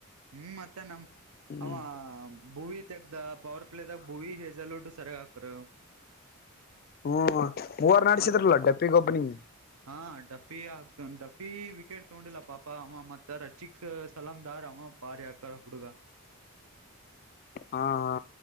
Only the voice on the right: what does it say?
ಹ್ಮ್ ಮತ್ತೆ ನಮ
ಅಮ್ಮ ಭೂವಿ ತೆಗ್ದ ಪವರ್ ಪ್ಲೇದಾಗ ಭೂವಿ ಹೆಜಲ್ಡ್ ಸರಿಯಾಗ ಹಾಕರು
ಮತ್
ಹಾ ಡಫಿ ಆಗ್ತ ಡಫಿ ವಿಕೆಟ್ ತಗೊಂಡಿಲ್ಲ ಪಾಪ ಅವ ಮತ್ತ ರಶಿಕ್ ಸಲಾಮ ದಾರ್ ಅವ ಭಾರಿ ಆಕ್ಕರ ಹುಡುಗ